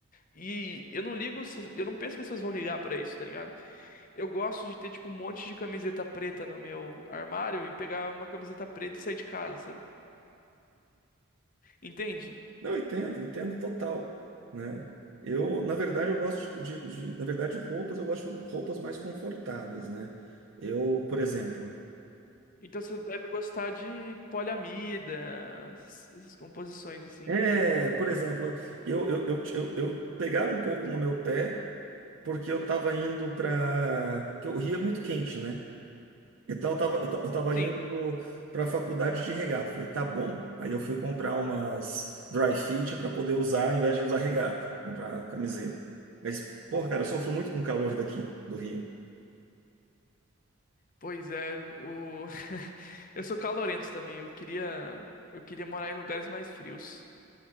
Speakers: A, on the left; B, on the right.
A: E eu não ligo, se- eu não penso que as pessoas vão ligar pra isso, tá ligado? Eu gosto de ter tipo um monte de camiseta preta no meu armário e pegar uma camiseta preta e sair de casa, sabe? Entende?
B: Não, eu entendo, entendo total, né? Eu, na verdade, eu gosto de, de- na verdade, de roupas, eu gosto de roupas mais confortáveis, né? Eu, por exemplo,
A: Então você deve gostar de poliamida, essas essas composições assim.
B: é, é, por exemplo, eu, eu, eu, eu, eu pegaram um pouco no meu pé porque eu tava indo para, que o Rio é muito quente, né? Então eu tava, eu ta- eu tava
A: Sim.
B: indo para a faculdade de regata. Falei, tá bom. Aí eu fui comprar umas dry fit para poder usar, ao invés de usar regata, comprar camiseta. Mas, pô, cara, eu sofro muito com o calor daqui do Rio.
A: Pois é, o <laughs> eu sou calorento também. Eu queria eu queria morar em lugares mais frios,